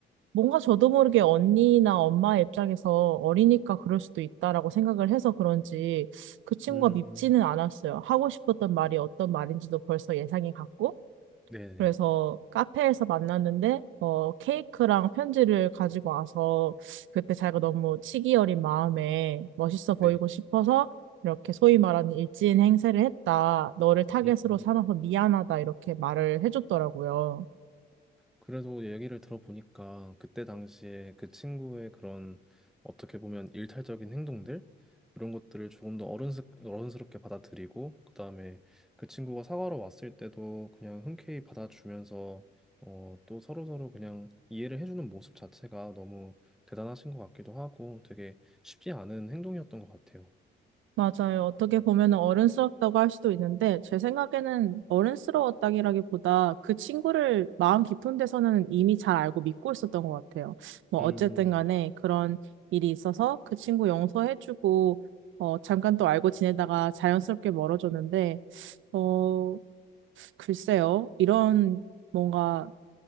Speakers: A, on the right (about 75°); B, in the centre.
A: 뭔가 저도 모르게 언니나 엄마 의 입장에서 어리니까 그럴 수도 있다라고 생각을 해서 그런지 그 친구가
B: 음,
A: 밉지는 않았어요. 하고 싶었던 말이 어떤 말인지도 벌써 예상이 갔고,
B: 네네.
A: 그래서 카페에서 만났는데 어 케이크랑 편지를 가지고 와서 그때 자기가 너무 치기 어린 마음에 멋있어 보이고
B: 네.
A: 싶어서 이렇게 소위 말하는 일진 행세를 했다. 너를 타겟으로
B: 음.
A: 삼아서 미안하다 이렇게 말을 해줬더라고요.
B: 그래도 얘기를 들어보니까 그때 당시에 그 친구의 그런 어떻게 보면 일탈적인 행동들 이런 것들을 조금 더 어른스, 어른스럽게 받아들이고 그다음에 그 친구가 사과로 왔을 때도 그냥 흔쾌히 받아주면서 어, 또 서로서로 그냥 이해를 해주는 모습 자체가 너무 대단하신 것 같기도 하고 되게 쉽지 않은 행동이었던 것 같아요.
A: 맞아요. 어떻게 보면 어른스럽다고 할 수도 있는데, 제 생각에는 어른스러웠다기라기보다 그 친구를 마음 깊은 데서는 이미 잘 알고 믿고 있었던 것 같아요. 뭐,
B: 음,
A: 어쨌든 간에 그런 일이 있어서 그 친구 용서해주고, 어, 잠깐 또 알고 지내다가 자연스럽게 멀어졌는데, 어, 글쎄요. 이런 뭔가